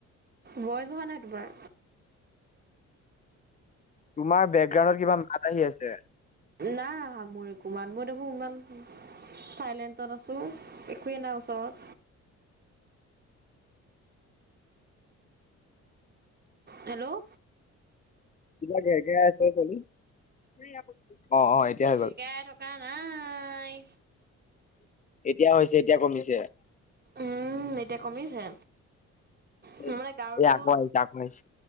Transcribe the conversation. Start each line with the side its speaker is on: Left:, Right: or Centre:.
Right: ভইচ অহা নাই তোমাৰ।
Left: তোমাৰ বেকগ্ৰাউণ্ডত কিবা মাত আহি আছে।
Right: নাই আহা মোৰ একো মাত মই দেখো ইমান চাইলেন্টত আছো, একোৱে নাই ওচৰত হেল্ল'
Left: কিবা ঘেৰ ঘেৰাই আছে <unintelligible> এতিয়া
Right: ঘেৰ
Left: হৈ গ'ল
Right: ঘেৰাই থকা নাই।
Left: এতিয়া হৈছে এতিয়া কমিছে।
Right: উম এতিয়া কমিছে? ত'
Left: এই
Right: মানে গাৰুটোৰ
Left: আকৌ আহিছে আকৌ আহিছে।